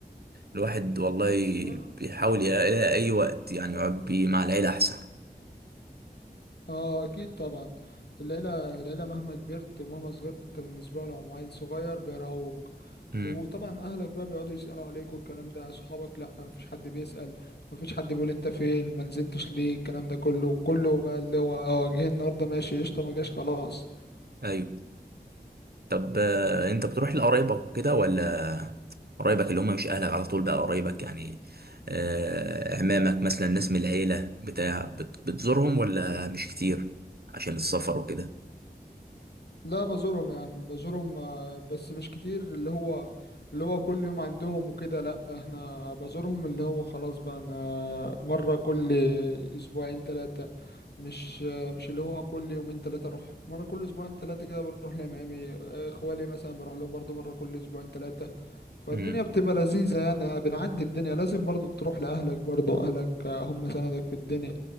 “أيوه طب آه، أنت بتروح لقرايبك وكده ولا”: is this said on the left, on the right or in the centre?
Right